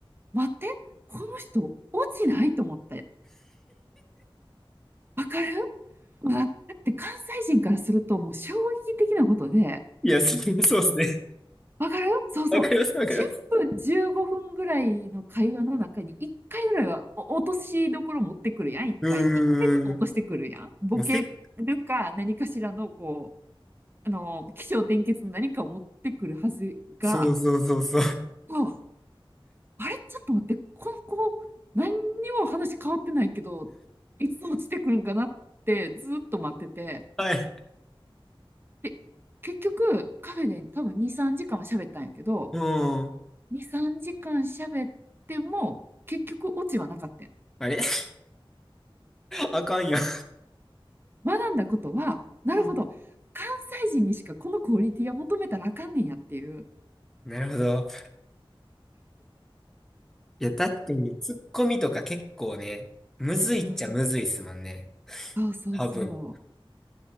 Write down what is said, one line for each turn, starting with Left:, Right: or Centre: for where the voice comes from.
Right: 待って、この人落ちないと思って。わかるわだって関西人からするともう衝撃的なことで、
Centre: いや、そうそうですね。
Right: わかるよそうそう。
Centre: わかります、わかります。
Right: 10分、15分ぐらいの会話の中に1回ぐらいはお落としどころ持ってくるやん、1回。
Centre: うーん。
Right: 1回ちょっと落としてくるやん。ボケるか何かしらの、
Centre: もうせ
Right: こう、あの、起承転結の何かを持ってくるはずが、
Centre: そうそうそうそう。
Right: そうあれちょっと待って、この子、何にも話変わってないけど、いつ落ちてくるんかなってずっと待ってて、
Centre: はい。
Right: で、結局、カフェで多分2、3時間は喋ったんやけど、
Centre: うん。
Right: 2、3時間喋っても、結局オチはなかったん
Centre: あれ <laughs> あかんやん。
Right: 学んだことは、なるほど、
Centre: うん
Right: 関西人にしかこのクオリティは求めたらあかんねんやっていう。
Centre: なるほど。いや、確かに、ツッコミとか結構ね、むずいっちゃむずいっすもんね。
Right: うんそうそうそう。
Centre: 多分。